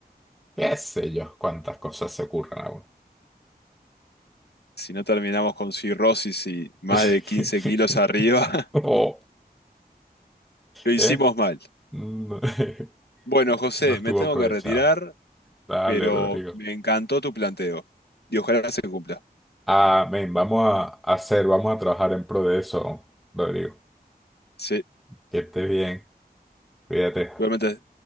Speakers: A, in the centre; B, on the left.
A: qué sé yo, cuántas cosas se ocurran a uno.
B: Si no terminamos con cirrosis y más
A: <laughs>
B: de 15 kilos arriba,
A: Oh,
B: <laughs> lo hicimos
A: ¿eh?
B: mal.
A: No,
B: Bueno,
A: <laughs>
B: José,
A: no estuvo
B: me tengo
A: aprovechado.
B: que retirar,
A: Dale,
B: pero
A: Rodrigo.
B: me encantó tu planteo y ojalá se cumpla.
A: Amén. Vamos a hacer, vamos a trabajar en pro de eso, Rodrigo.
B: Sí,
A: Que estés bien. Cuídate.
B: igualmente.